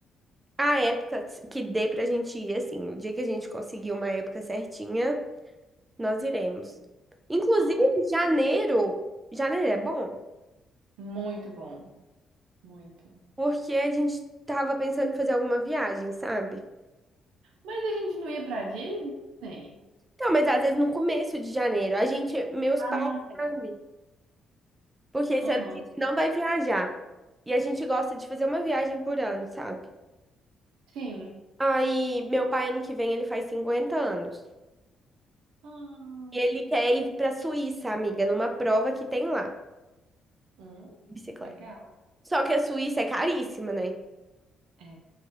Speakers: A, on the right; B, on the right.
A: a época que dê pra gente ir, assim. O dia que a gente conseguir uma época certinha. Nós iremos. Inclusive,
B: Ai,
A: janeiro, janeiro é bom,
B: muito bom, muito.
A: porque a gente tava pensando em fazer alguma viagem, sabe?
B: Mas a gente não ia pra Disney?
A: Então, mas às vezes no começo de janeiro, a gente, meus
B: Ah,
A: pais,
B: sim.
A: sabe? Porque esse
B: Aham,
A: ano a gente não vai viajar. E a gente gosta de fazer uma viagem por ano, sabe?
B: Sim.
A: Aí, meu pai, ano que vem, ele faz 50 anos.
B: Ah,
A: E ele quer ir pra Suíça, amiga, numa prova que tem lá, de
B: hum,
A: bicicleta.
B: legal.
A: Só que a Suíça é caríssima, né?
B: É,